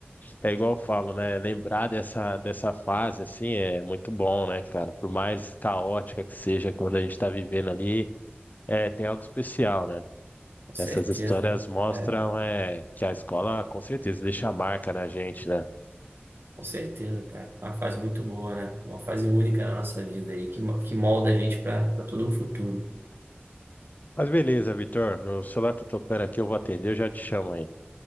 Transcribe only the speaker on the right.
Com
certeza.
né?
É.
Com certeza, cara. Uma fase muito boa, né? Uma fase única na nossa vida aí, que, mo- que molda a gente para todo o futuro.